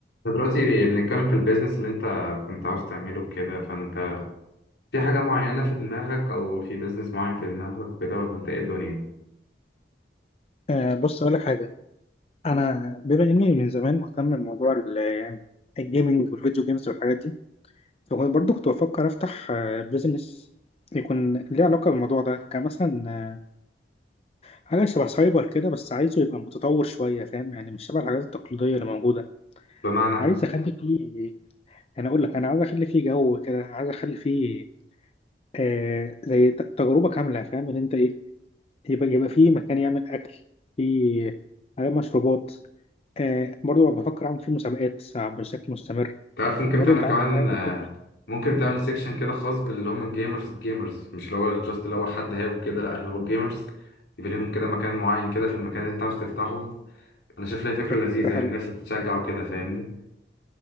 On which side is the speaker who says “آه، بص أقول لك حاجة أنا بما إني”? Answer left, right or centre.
Left